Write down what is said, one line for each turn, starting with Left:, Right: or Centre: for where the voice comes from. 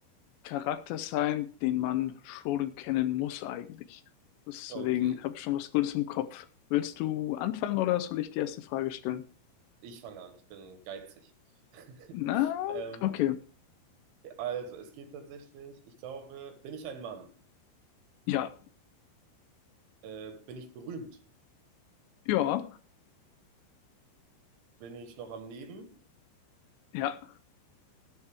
Left: Charakter sein, den man schon kennen muss eigentlich. Deswegen
Right: Okay,
Left: habe ich schon was Gutes im Kopf. Willst du anfangen oder soll ich die erste Frage stellen?
Right: ich fange an. Ich bin geizig. <laughs>
Left: Na,
Right: Ähm,
Left: okay.
Right: also, es geht tatsächlich, ich glaube, bin ich ein Mann?
Left: Ja,
Right: Äh, bin ich berühmt?
Left: ja,
Right: Bin ich noch am Leben?
Left: ja.